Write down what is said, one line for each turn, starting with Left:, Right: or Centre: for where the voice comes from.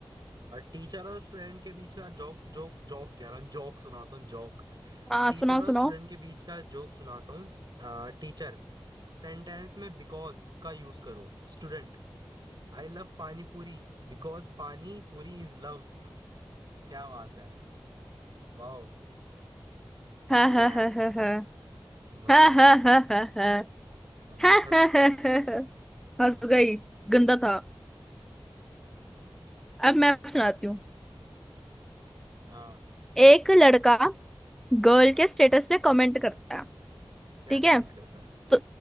Right: टीचर और स्टूडेंट के बीच का जोक जोक जोक कह रहा हूँ जोक सुनाता हूँ जोक
Centre: हाँ
Right: टीचर
Centre: सुनाओ
Right: और स्टूडेंट
Centre: सुनाओ
Right: के बीच का जोक सुनाता हूँ टीचर सेंटेंस में बिकॉज का यूज करो Student I love pani puri because पानी पूरी इज लव क्या बात है वाह
Centre: <laughs> हाँ
Right: हंस ले
Centre: हाँ
Right: यार
Centre: हाँ हाँ हाँ
Right: मत हंस
Centre: हाँ
Right: फिर
Centre: हाँ हाँ हाँ हाँ
Right: हाँ, मत
Centre: हाँ
Right: हंस
Centre: हाँ
Right: फिर
Centre: हाँ हाँ। फंस गई गंदा था अब मैं सुनाती हूँ
Right: हाँ
Centre: <laughs> एक लड़का
Right: हम्म,
Centre: गर्ल
Right: हाँ
Centre: के स्टेटस पे कमेंट करता है
Right: क्या
Centre: ठीक
Right: कमेंट
Centre: है
Right: करता है
Centre: तो